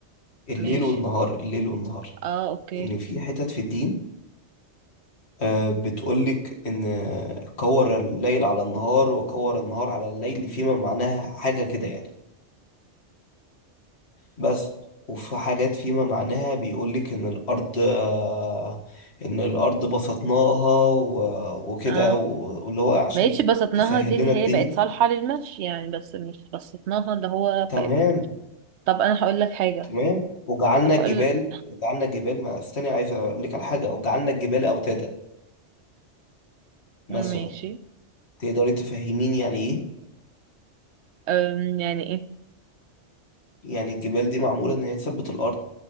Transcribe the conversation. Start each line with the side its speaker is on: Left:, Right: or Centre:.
Left: الليل
Right: ماشي
Left: والنهار الليل والنهار
Right: اه اوكي
Left: إن في حتت في الدين آه، بتقولك إن كور الليل على النهار وكور النهار على الليل فيما معناها حاجة كده يعني بس وفي حاجات فيما معناها بيقولك إن الأرض آه، إن الأرض بسطناها و- وكده
Right: اه
Left: و- واللي هو عشان
Right: ماشي بسطناها
Left: تسهل
Right: دي اللي
Left: لنا الدنيا
Right: هي بقت صالحة للمشي يعني بس مش بسطناها اللي هو
Left: تمام
Right: بقت طب انا هقول لك حاجة
Left: تمام وجعلنا
Right: طب هقول
Left: الجبال
Right: لك
Left: وجعلنا الجبال ما استني عايز اقول لك على حاجه وجعلنا الجبال اوتادا مثلا
Right: ماشي
Left: تقدري تفهميني يعني ايه
Right: أم يعني ايه
Left: يعني الجبال دي معموله ان هي تثبت الارض